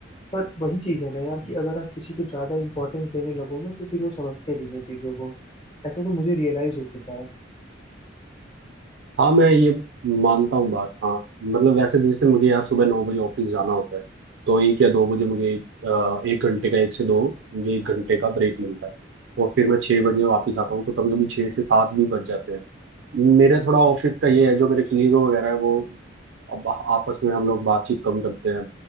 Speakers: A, on the left; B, on the right.
A: पर वही चीज है ना यार कि अगर आप किसी को ज्यादा इंपॉर्टेंस देने लगो ना तो फिर वो समझते नहीं है चीजों को ऐसा तो मुझे रियलाइज हो चुका है
B: हाँ मैं ये मानता हूँ बात हाँ मतलब वैसे जैसे मुझे यार सुबह नौ बजे ऑफिस जाना होता है तो एक या दो बजे मुझे अ, एक घंटे का एक से दो मुझे एक घंटे का ब्रेक मिलता है और फिर मैं छः बजे वापस आता हूँ तो कभी कभी छः से सात भी बज जाते हैं मेरा थोड़ा ऑफिस का ये है जो मेरे कलीग वगैरह है वो अब आपस में हम लोग बातचीत कम करते हैं